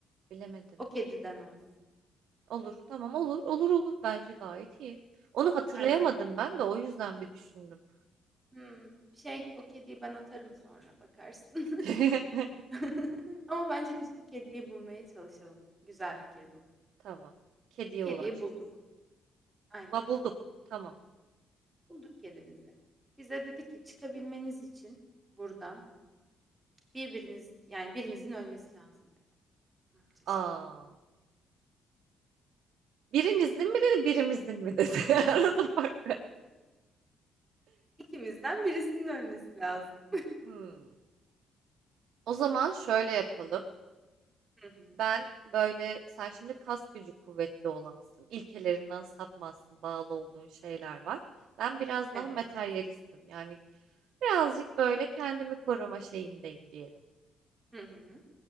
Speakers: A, on the right; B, on the right.
A: bilemedim.
B: O kediden olsun.
A: Olur, tamam olur, olur olur. Bence gayet iyi. Onu hatırlayamadım
B: Aynen.
A: ben de o yüzden bir düşündüm.
B: Hmm, şey o kediyi ben atarım sonra bakarsın.
A: <laughs>
B: <laughs> Ama bence biz bu kediyi bulmaya çalışalım. Güzel fikir bu.
A: Tamam. Kediye
B: Kediyi
A: ulaştık.
B: bulduk. Aynen.
A: Ba bulduk. Tamam.
B: Bulduk kedimizi. Bize dedi ki çıkabilmeniz için buradan birbiriniz yani birinizin ölmesi lazım dedi. Ne yapacağız
A: Aa.
B: şimdi?
A: Birinizin mi dedi, birimizin mi dedi? <laughs> Arada fark.
B: İkimizden birisinin ölmesi lazım.
A: Hmm. O zaman şöyle yapalım.
B: <laughs> Hı hı.
A: Ben böyle sen şimdi kas gücü kuvvetli olansın. ilkelerinden sapmazsın. Bağlı olduğun şeyler var. Ben biraz
B: Evet.
A: daha materyalistim. Yani birazcık böyle kendimi koruma şeyindeyim diyelim.
B: Hı hı.